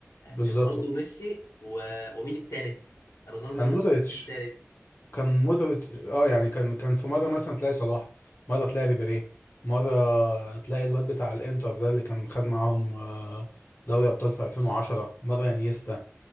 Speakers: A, on the left (about 80°); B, on the left (about 50°).
A: آه،
B: بالظبط
A: رونالدو وميسي و... ومين التالت رونالدو
B: كان
A: وميسي
B: مودريتش
A: مين التالت
B: كان مودريتش اه يعني كان كان في مره مثلا تلاقي صلاح مره تلاقي ريبيري مره تلاقي الواد بتاع الانتر ده اللي كان خد معاهم آه، دوري ابطال في 2010 مره انيستا